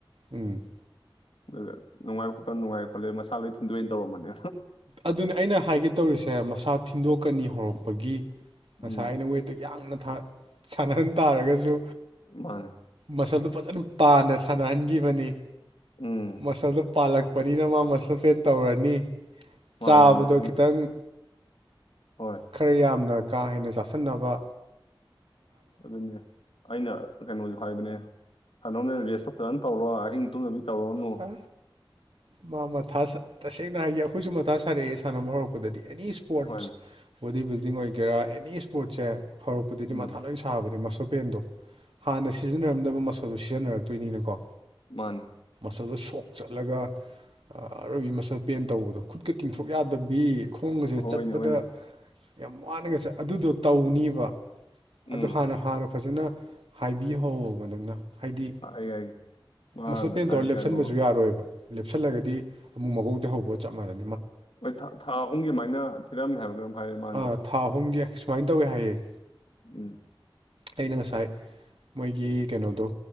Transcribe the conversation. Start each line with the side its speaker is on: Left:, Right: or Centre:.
Right: ꯎꯝ
Left: ꯑꯗꯨꯒ ꯅꯨꯡꯉꯥꯏ ꯈꯣꯠꯄ ꯅꯨꯡꯉꯥꯏ ꯈꯣꯠꯂꯦ ꯃꯁꯥ ꯂꯣꯏ ꯊꯤꯟꯗꯣꯏꯅ ꯇꯧꯔꯝꯕꯅꯦ
Right: ꯑꯗꯨꯅ ꯑꯩꯅ ꯍꯥꯏꯒꯦ ꯇꯧꯔꯤꯁꯦ ꯃꯁꯥ ꯊꯤꯟꯗꯣꯛꯀꯅꯤ ꯍꯧꯔꯛꯄꯒꯤ ꯉꯁꯥꯏ
Left: ꯎꯝ
Right: ꯑꯩꯅ ꯋꯦꯠꯇꯨ ꯌꯥꯡꯅ ꯁꯥꯟꯅꯍꯟ ꯇꯥꯔꯒꯁꯨ
Left: ꯃꯥꯅꯦ
Right: ꯃꯁꯜꯗꯨ ꯐꯖꯅ ꯄꯥꯅ ꯁꯥꯟꯅꯍꯟꯈꯤꯕꯅꯤ
Left: ꯎꯝ
Right: ꯃꯁꯜꯗꯣ ꯄꯥꯜꯂꯛꯄꯅꯤꯅ ꯃꯥ ꯃꯁꯜ ꯐꯦꯟ ꯇꯧꯔꯅꯤ
Left: ꯃꯥꯅꯦ
Right: ꯆꯥꯕꯗꯣ
Left: ꯃꯁꯜ
Right: ꯈꯤꯇꯪ
Left: ꯍꯣꯏ
Right: ꯈꯔ ꯌꯥꯝꯅ ꯀꯥ ꯍꯦꯟꯅ ꯆꯥꯁꯤꯟꯅꯕ
Left: ꯑꯗꯨꯅꯦ ꯑꯩꯅ ꯀꯩꯅꯣꯁ ꯍꯥꯏꯕꯅꯦ ꯁꯅꯕꯅꯕꯅꯦ ꯔꯦꯁꯇ ꯐꯖꯅ ꯇꯧꯔꯣ ꯑꯍꯤꯡ ꯇꯨꯝꯅꯕꯤ ꯇꯧꯔꯛꯅꯨ
Right: ꯑ ꯃꯥ ꯃꯊꯥ ꯇꯁꯦꯡꯅ ꯍꯥꯏꯗꯤ ꯑꯩꯈꯣꯏꯁꯨ ꯃꯊꯥ ꯁꯥꯔꯛꯑꯦ ꯁꯥꯟꯅꯕ ꯍꯧꯔꯛꯄꯗꯗꯤ ꯑꯦꯅꯤ ꯏꯁꯄꯣꯔꯠꯁ
Left: ꯍꯣꯏ
Right: ꯕꯣꯗꯤ ꯕꯤꯜꯗꯤꯡ ꯑꯣꯏꯒꯦꯔꯥ ꯑꯦꯅꯤ ꯏꯁꯄꯣꯔꯠꯁꯦ ꯍꯧꯔꯛꯄꯗꯗꯤ
Left: ꯎꯝ
Right: ꯃꯊꯥ ꯂꯣꯏ ꯁꯥꯕꯅꯦ ꯃꯁꯛ ꯄꯦꯟꯗꯣ ꯍꯥꯟꯅ ꯁꯤꯖꯤꯟꯅꯔꯝꯗꯕ ꯃꯁꯜꯗꯣ ꯁꯤꯖꯤꯟꯅꯔꯛꯇꯣꯏꯅꯤꯅꯀꯣ
Left: ꯃꯥꯅ
Right: ꯃꯁꯜꯗꯣ ꯁꯣꯛ ꯆꯠꯂꯒ ꯑꯔꯣꯏꯕꯤ ꯃꯁꯜ ꯄꯦꯟ ꯇꯧꯕꯗꯣ ꯈꯨꯠꯀ ꯇꯤꯡꯊꯣꯛ ꯌꯥꯗꯕꯤ ꯈꯣꯡ ꯑꯁꯦ
Left: ꯍꯣꯏꯅꯦ
Right: ꯆꯠꯄꯗ
Left: ꯍꯣꯏꯅꯦ
Right: ꯌꯥꯝ ꯋꯥꯅꯒ ꯆ ꯑꯗꯨꯗꯣ ꯇꯧꯅꯦꯕ ꯑꯗꯨ
Left: ꯎꯝ
Right: ꯍꯥꯟꯅ ꯍꯥꯟꯅ ꯐꯖꯅ ꯍꯥꯏꯕꯤꯍꯧꯕ ꯅꯪꯅ ꯍꯥꯏꯗꯤ
Left: ꯑꯩ ꯑꯩꯦ ꯃꯥ
Right: ꯃꯁꯜ
Left: ꯉꯁꯥꯏ
Right: ꯄꯦꯟ ꯇꯧꯔ
Left: ꯀꯩꯅꯣ
Right: ꯂꯦꯞꯁꯟꯕꯁꯨ ꯌꯥꯔꯣꯏꯕ ꯂꯦꯞꯁꯤꯜꯂꯒꯗꯤ ꯑꯃꯨꯛ ꯃꯀꯧ ꯇ ꯍꯧꯕꯒ ꯆꯞ ꯃꯥꯟꯅꯁꯦ
Left: ꯍꯣꯏ ꯊꯥ ꯑꯍꯨꯝꯒꯤꯃꯥꯏꯅ ꯊꯤꯔꯝꯃꯦ ꯍꯥꯏꯕꯒ ꯑꯗꯨꯝ ꯍꯥꯏꯔꯛꯏ ꯃꯥꯟꯁꯦ
Right: ꯑ ꯊꯥ ꯑꯍꯨꯝꯒꯤ ꯁꯨꯃꯥꯏꯅ ꯇꯧꯋꯦ ꯍꯥꯏꯌꯦꯦ
Left: ꯎꯝ
Right: ꯑꯩꯅ ꯉꯁꯥꯏ ꯃꯣꯏꯒꯤ ꯀꯩꯅꯣꯗꯣ